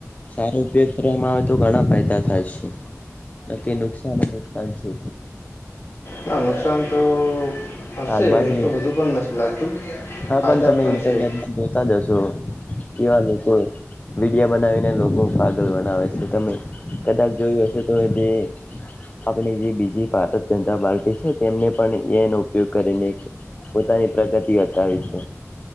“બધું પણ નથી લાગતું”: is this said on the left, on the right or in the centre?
Left